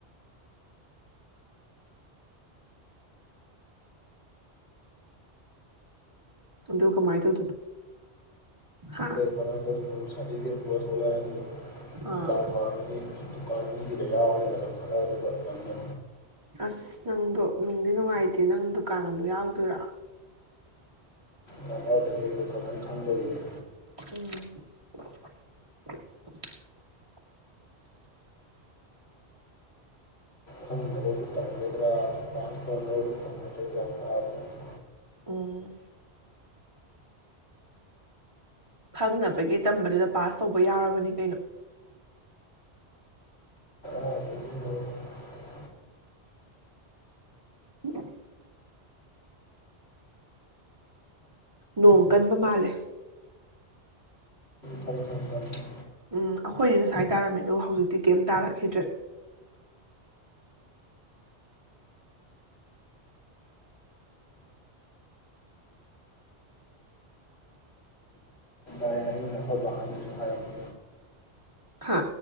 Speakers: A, on the right; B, on the left.
A: ꯑꯗꯨ ꯀꯃꯥꯏ ꯇꯧꯗꯣꯏꯅꯣ ꯍꯥ
B: ꯑꯩ ꯀꯃꯥꯏ ꯇꯧꯗꯨꯅꯣ ꯁꯥꯔꯗꯤꯕꯤꯒꯦꯠ ꯄꯨꯔꯥ ꯊꯣꯔꯛꯑꯅꯤ
A: ꯑꯥ
B: ꯇꯨꯀꯥꯟ ꯍꯥꯡꯉꯥꯅꯤ ꯇꯗꯨꯀꯥꯟ ꯃꯤꯒꯤ ꯌꯥ ꯍꯥꯏꯒꯗ ꯄꯔ ꯑꯣꯗꯀ ꯀꯗ
A: ꯑꯁ ꯅꯪꯗꯣ ꯅꯨꯡꯗꯤ ꯅꯨꯡꯉꯥꯏꯇꯦ ꯅꯪ ꯗꯨꯀꯥꯟ ꯑꯃꯨꯛ ꯌꯥꯎꯗꯣꯏꯔ
B: ꯀꯅꯥꯗꯗꯤ ꯀꯃꯥꯏꯅ ꯈꯪꯗꯧꯔꯤꯒꯦ
A: ꯎꯝ
B: ꯈꯪꯅꯕꯕꯨ ꯇꯝꯒꯗ꯭ꯔꯥ ꯄꯥꯁ ꯇꯧꯅꯕꯕꯨ ꯇꯝꯒꯗ꯭ꯔꯥ ꯒ꯭ꯌꯥꯟ ꯇꯥꯕꯅꯠꯇꯦ
A: ꯑꯣ ꯈꯪꯅꯕꯒꯤ ꯇꯝꯕꯗꯨꯗ ꯄꯥꯁ ꯇꯧꯕ ꯌꯥꯎꯔꯕꯅꯤ ꯀꯩꯅꯣ
B: ꯑ ꯑꯗꯨ ꯍ
A: ꯎꯝ ꯅꯣꯡ ꯀꯟꯕ ꯃꯥꯜꯂꯦ
B: ꯐꯔꯦ ꯐꯔꯦ ꯐꯔꯦ
A: ꯎꯝ ꯑꯩꯈꯣꯏꯗꯤ ꯉꯁꯁꯥꯏ ꯇꯥꯔꯝꯃꯦ ꯑꯗꯣ ꯍꯧꯖꯤꯛꯇꯤ ꯀꯩꯝ ꯇꯥꯔꯛꯈꯤꯗ꯭ꯔꯦ
B: ꯌꯥ ꯍꯥꯏꯅ ꯑꯩꯈꯣꯏꯕꯍꯣꯏꯅꯁꯨ ꯍꯥꯏꯔꯛꯄ
A: ꯍꯥ